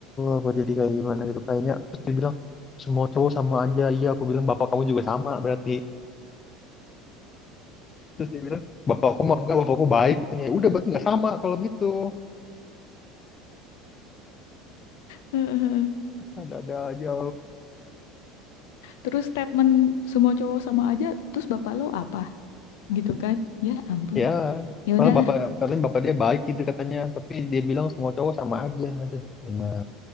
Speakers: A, on the left; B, on the left.
A: apa jadi kayak gimana gitu kayaknya. Terus dia bilang semua cowok sama aja. Iya aku bilang bapak kamu juga sama berarti. Terus dia bilang bapakku mah enggak, bapakku baik katanya. "Ya Udah berarti nggak sama kalau gitu.
B: ya <laughs>
A: Ada-ada aja.
B: Terus statement semua cowok sama aja, terus bapak lo apa gitu kan? Ya ampun,
A: Ya,
B: ya
A: malah
B: udahlah.
A: bapak katanya bapak dia baik gitu katanya, tapi dia bilang semua cowok sama aja. Aduh, emang